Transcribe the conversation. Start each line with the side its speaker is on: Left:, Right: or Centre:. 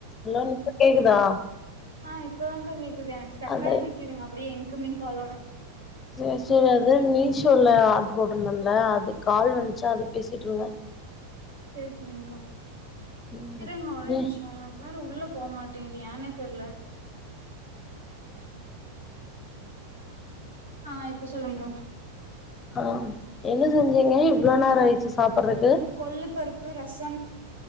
Left: hello நுப்ப கேக்குதா
Right: ஆ இப்பதான்கா கேக்குது எனக்கு ஸ்டக்காயி
Left: அது
Right: நிக்குதுங்க அப்டியே இன்கம்மிங் காலோட
Left: சேர் சேரி அது மீஷோல ஆர்டரு போட்டிருந்தேன்ல அது கால் வந்ச்சா அதே பேசிட்டுர்ந்தோ
Right: செரி செரிங்க்கா
Left: ம்
Right: இருங்க ஒரே ஒரு
Left: ஏ
Right: நிமிஷோ எனக் வேற உள்ள போ மாட்டேங்குதுயானே தெர்ல ஆ இப்ப சொல்லுங்க்கா
Left: ஆ என்ன செஞ்சீங்க இவ்ளோ நேரொ ஆயிடுச்சு சாப்டறக்கு
Right: கொள்ளு பருப்பு ரசோ